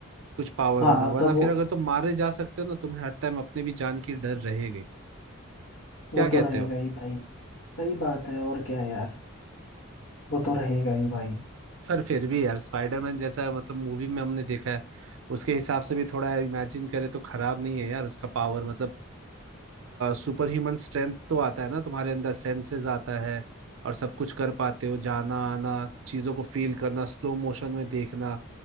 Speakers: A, on the right; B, on the left.
A: कुछ पावर
B: हाँ
A: होना
B: हाँ,
A: वरना
B: तब वो
A: फिर अगर तुम मारे जा सकते हो ना तुम्हें हर टाइम अपने भी जान की डर रहेगी क्या
B: वो
A: कहते
B: तो रहेगा
A: हो
B: ही भाई सही बात है और क्या यार वो तो रहेगा ही भाई
A: पर फिर भी यार स्पाइडरमैन जैसा मतलब मूवी में हमने देखा है उसके हिसाब से भी थोड़ा इमेजिन करें तो खराब नहीं है यार उसका पावर मतलब सुपर ह्यूमन स्ट्रेंथ तो आता है ना तुम्हारे अंदर सेंसेस आता है और सब कुछ कर पाते हो जाना आना चीजों को फील करना स्लो मोशन में देखना